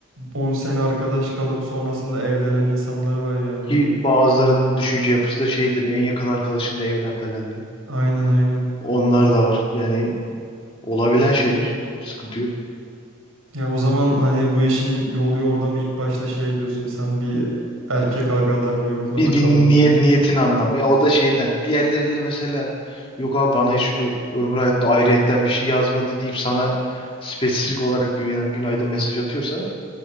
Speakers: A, on the right; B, on the left.
A: 10 sene arkadaş kalıp sonrasında evlenen insanlar var yani.
B: Ki bazılarının düşünce yapısı da şeydir. En yakın arkadaşınla evlen falan diye.
A: Aynen aynen.
B: Onlar da var. Yani olabilen şeyler. Sıkıntı yok.
A: Ya o zaman hani bu işin yolu orada mı ilk başta şey diyorsun sen bir erkek agalarını yokla
B: Bir,
A: bakalım.
B: bir niyet niyetin anlamı. Ya o da şeyden. Diğerleriyle mesela yok abi bana hiç ö- ömrü hayatta ayrıyetten bir şey yazmadı deyip sana spesifik olarak güna- günaydın mesaj atıyorsa